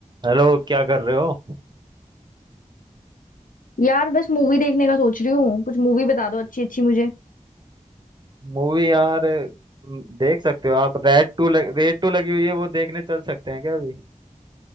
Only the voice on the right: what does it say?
Hello क्या कर रहे हो
मूवी यार म, देख सकते हो आप रेड टू लग, रेड टू लगी हुई है वो देखने चल सकते हैं क्या अभी